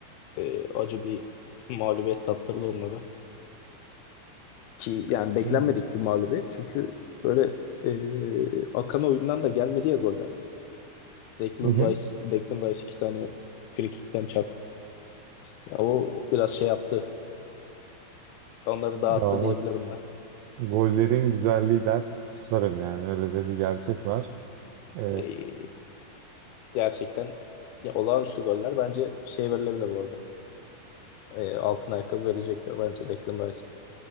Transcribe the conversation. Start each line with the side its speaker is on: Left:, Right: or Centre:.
Left: e, acı bir mağlubiyet tattırdı onlara. Ki yani beklenmedik
Right: Hmm.
Left: bir mağlubiyet. Çünkü böyle e, akan oyundan da gelmedi ya goller. Declan
Right: Hı hı.
Left: Rice, Declan Rice iki tane frikikten Ya o biraz şey yaptı. Onları dağıttı
Right: Ya ama
Left: diyebilirim ben.
Right: gollerin güzelliği der susarım yani öyle de bir gerçek var. Ee,
Left: Ee, gerçekten ya olağanüstü goller bence şey verilebilir bu arada. Ee, altın ayakkabı verecektir bence Declan Rice.